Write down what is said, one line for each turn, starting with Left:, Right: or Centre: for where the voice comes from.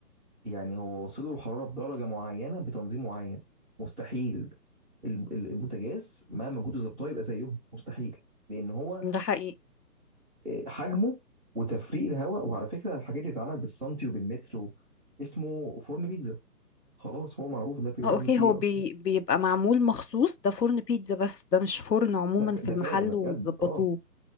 Centre: يعني هو وصله الحرارة بدرجة معينة بتنظيم معين مستحيل ال- ال- البوتاجاز مهما كنت ظبطه يبقى زيهم مستحيل لان هو
Left: ده حقيقي
Centre: آه، حجمه وتفريق الهواء وعلى فكره الحاجات دي بتتعمل بالسنتي وبالمتر و- اسمه فرن بيتزا خلاص هو معروف ده بيتعمل
Left: اه اوكي
Centre: فيه
Left: هو
Centre: ايه
Left: بي
Centre: اصلا
Left: بيبقى معمول مخصوص ده فرن بيتزا بس ده مش فرن عموما
Centre: ده ف-
Left: في
Centre: ده
Left: المحل
Centre: فعلا ده بجد
Left: ومتظبطوه
Centre: اه